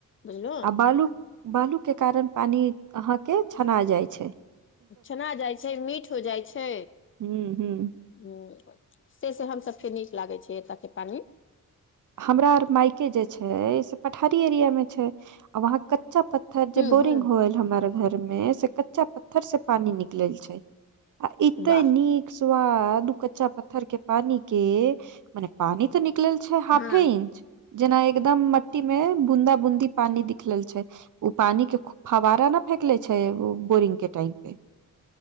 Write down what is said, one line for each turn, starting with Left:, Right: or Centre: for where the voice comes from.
Left: बुझलहु
Right: आ बालू बालू के कारण पानी अहाँके छना जाइ छैय
Left: छना जाइ छै मीठ हो जाइ छै
Right: हूँ हूँ
Left: हू से से हम सबके नीक लागे छै एतय के पानि
Right: हमरा आर मायके जे छै से पठारी एरिया मे छै आ वहाँ कच्चा प पत्थर जे
Left: ह
Right: बोरिंग
Left: ह
Right: होल हमरा घर में से कच्चा पत्थर से पानी निकले छै आ एते
Left: वाह
Right: नीक स्वाद उऽ कच्चा पत्थर के पानी के मने पानी तऽ निकले छै हा
Left: हँ
Right: जेना एकदम मट्टी मे बूंदा बूंदी पानी दिखलल छै ओ पानी के फवारा नऽ फेेकले छै ओ बोरिंग के टाइम पे